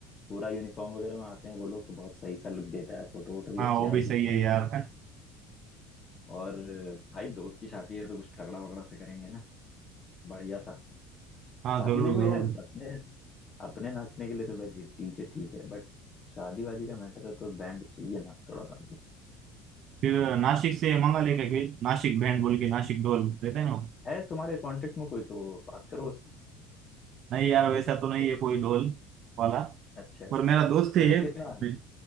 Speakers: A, on the left (about 30°); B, on the right (about 50°).
A: पूरा यूनिफॉर्म वगैरह में आते हैं वो लोग तो बहुत सही सा लुक देता है फोटो वोटो भी
B: हाँ
A: अच्छी
B: वो
A: आएगी
B: भी सही
A: इसमें
B: है यार
A: और भाई दोस्त की शादी है तो कुछ तगड़ा वगड़ा से करेंगे ना बढ़िया सा
B: हाँ
A: बाकी
B: जरूर
A: देखो
B: जरूर
A: यार अपने अपने नाचने के लिए तो भाई डीजे ठीक है बट शादी वादी का मैटर है तो बैंड चाहिए ना थोड़ा सा
B: फिर नासिक से मंगा लेंगे फिर नासिक बैंड बोल के नासिक ढोल देते हैं ना वो?
A: है तुम्हारे कांटेक्ट में कोई तो बात करो उससे
B: नहीं यार वैसा तो नहीं
A: कित-
B: है कोई ढोल वाला
A: अच्छा है।
B: पर मेरा दोस्त है
A: वैसे
B: एक
A: कितना मैं
B: मैं